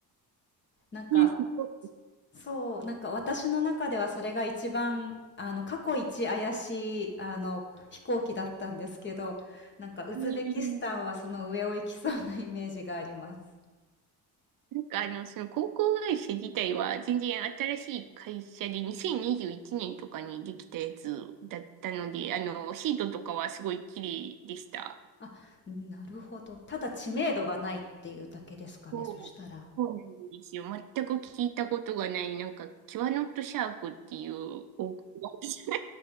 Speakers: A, on the left; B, on the right.
A: なんか、
B: いですよ。
A: そう、なんか私の中ではそれが一番、あの、過去一怪しい、あの、飛行機だったんですけど、なんかウズベキスタンはその上を行きそうなイメージがあります。
B: えーなんかあの、その航空会社自体は全然新しい会社で2021年とかにできたやつだったので、あの、シートとかはすごい綺麗でした。
A: あ、なるほど。ただ知名度がないっていうだけですかね、
B: そう、
A: そしたら。
B: そうなんですよ。全く聞いたことがない、なんか、キュアノットシャークっていう、お、<laughs>